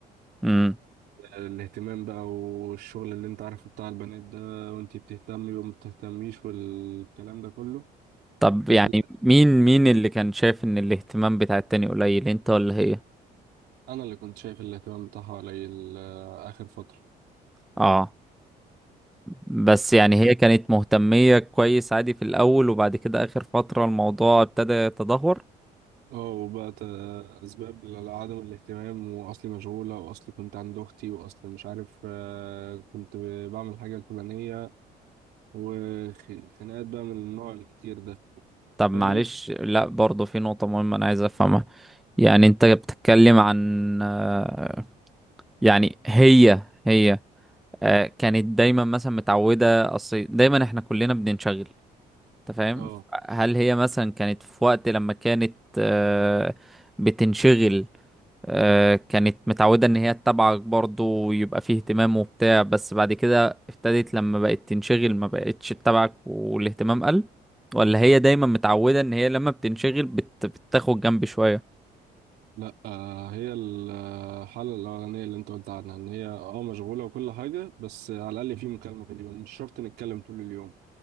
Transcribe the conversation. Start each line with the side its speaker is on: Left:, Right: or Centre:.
Centre: مم.
Right: الاهتمام بقى والشغل اللي انت عارفه بتاع البنات ده وانتي بتهتمي وما بتهتميش والكلام ده كله
Centre: طب
Right: وفي
Centre: يعني مين مين اللي كان شايف ان الاهتمام بتاع التاني قليل انت ولا هي
Right: انا اللي كنت شايف الاهتمام بتاعها قليل آه، اخر فتره
Centre: اه بس يعني هي كانت مهتمية كويس عادي في الأول وبعد كده آخر فترة الموضوع ابتدى يتدهور
Right: اه وبقت آه، اسباب ل- لعدم الاهتمام واصلي مشغوله واصلي كنت عند اختي واصلي مش عارف آه، كنت ب- بعمل حاجه الفلانيه وخناقات بقى من النوع الكتير ده
Centre: طب معلش
Right: فاهم
Centre: لا برضه في نقطة مهمة أنا عايز أفهمها يعني أنت بتتكلم عن آه، يعني هي هي آه، كانت دايما مثلا متعودة أصل دايما إحنا كلنا بننشغل أنت فاهم
Right: اه
Centre: هل هي مثلا كانت في وقت لما كانت آه، بتنشغل آه، كانت متعودة ان هي تتابعك برضه ويبقى فيه اهتمام وبتاع بس بعد كده ابتدت لما بقت تنشغل ما بقتش تتابعك والاهتمام قل ولا هي دايما متعودة ان هي لما بتنشغل بت... بتاخد جنب شوية
Right: لا آه، هي الحاله الاولانيه اللي انت قلت عنها ان هي اه مشغوله وكل حاجه بس على الاقل في مكالمه في اليوم مش شرط نتكلم طول اليوم